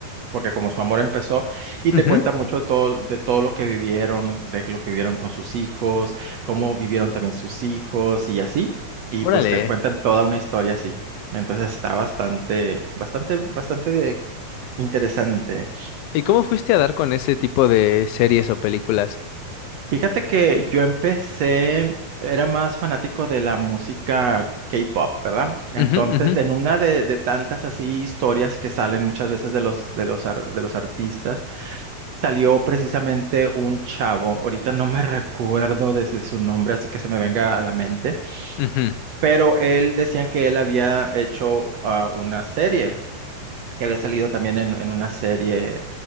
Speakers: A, on the right; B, on the left.
A: porque como su amor empezó, y
B: ujú,
A: te cuenta mucho todo, de todo lo que vivieron, de lo que vivieron con sus hijos, cómo vivieron también sus hijos y así, y
B: Órale.
A: pues te cuentan toda una historia así. Entonces está bastante, bastante, bastante de- interesante.
B: ¿Y cómo fuiste a dar con ese tipo de series o películas?
A: Fíjate que yo empecé, era más fanático de la música K-pop, ¿verdad? Entonces,
B: Ujú, ujú,
A: en una de, de tantas así historias que salen muchas veces de los, de los, ar- de los artistas, salió precisamente un chavo, ahorita no me recuerdo desde su nombre, así que se me venga a la mente,
B: ujú,
A: pero él decían que él había hecho ah, una serie que había salido también en, en una serie